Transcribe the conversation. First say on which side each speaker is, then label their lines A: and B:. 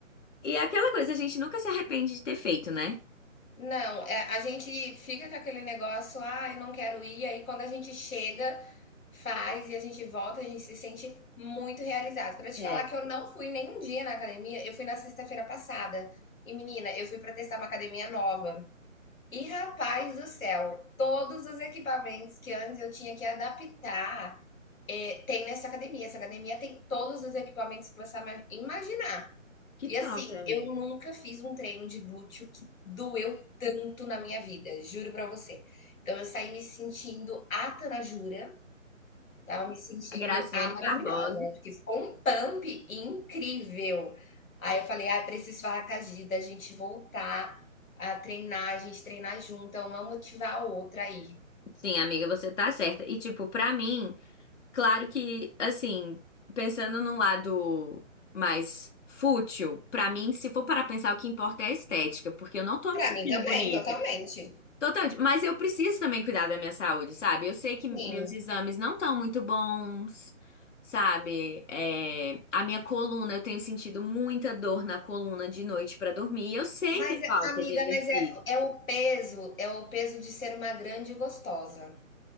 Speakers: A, on the left; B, on the left.
A: E é aquela coisa, a gente nunca se arrepende de ter feito, né?
B: Não, é, a gente fica com aquele negócio, ah, eu não quero ir. Aí quando a gente chega, faz e a gente volta, a gente se sente muito realizado. Pra te
A: É.
B: falar que eu não fui nem um dia na academia, eu fui na sexta-feira passada. E menina, eu fui pra testar uma academia nova. E rapaz do céu, todos os equipamentos que antes eu tinha que adaptar, eh, tem nessa academia. Essa academia tem todos os equipamentos que você ama- imaginar.
A: Que
B: E
A: top,
B: assim,
A: amigo.
B: eu nunca fiz um treino de glúteo que doeu tanto na minha vida, juro pra você. Então eu saí me sentindo a Tanajura, tava me sentindo
A: A Graciane
B: ah, maravilhosa,
A: Barbosa.
B: né, porque ficou um pump incrível. Aí eu falei: "Ah, preciso falar com a Gi da gente voltar a treinar, a gente treinar junta, uma motivar a outra aí".
A: Sim, amiga, você tá certa. E, tipo, pra mim. Claro que, assim, pensando num lado mais fútil, pra mim, se for para pensar, o que importa é a estética, porque eu não tô me
B: Pra
A: sentindo
B: mim também,
A: bonita.
B: totalmente.
A: Totalmente. Mas eu preciso também cuidar da minha saúde, sabe? Eu sei que meus
B: Sim,
A: exames não estão muito bons, sabe? É, a minha coluna, eu tenho sentido muita dor na coluna de noite pra dormir. e Eu sei
B: mas
A: que é
B: é
A: falta
B: amiga,
A: de exercício.
B: mas é é o peso é o peso de ser uma grande gostosa.